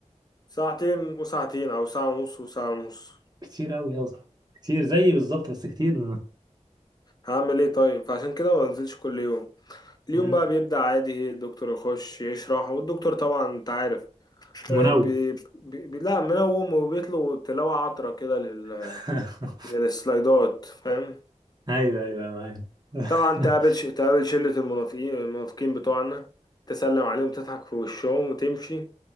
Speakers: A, on the left; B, on the right.
A: ساعتين وساعتين او ساعة ونص وساعة ونص
B: كتير قوي يا اسطى كتير زيي بالظبط بس كتير
A: هعمل ايه طيب فعشان كده ما بنزلش كل يوم اليوم
B: مم.
A: بقى بيبدأ عادي الدكتور يخش يشرح والدكتور طبعا انت عارف
B: منوم
A: أه بي بي بي- لا منوم وبيطلب تلاوة عطرة كده لل...
B: <laughs>
A: للسلايدات فاهم
B: ايوه ايوه معايا <laughs>
A: طبعا تقابل ش... تقابل شلة المنافقين المنافقين بتوعنا تسلم عليهم تضحك في وشهم وتمشي